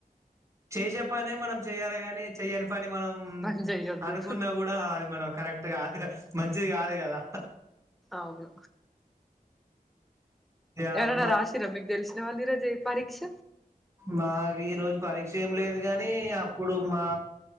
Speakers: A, on the right; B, in the centre.
A: చేయ చెప్పనే మనం చెయ్యాలి గాని చెయ్యను పని మనం
B: పని చెయ్యొద్దు
A: అనుకున్నా కూడా అది మనం కరెక్ట్ అ కాదు మంచిది కాదు కదా
B: అవును
A: ఇగ
B: ఎవరా రాశిరా మీకు తెలిసినా వాళ్ళు ఈరోజు పరీక్ష
A: మా ఈ రోజు పరీక్ష ఏం లేదు కాని అప్పుడు మా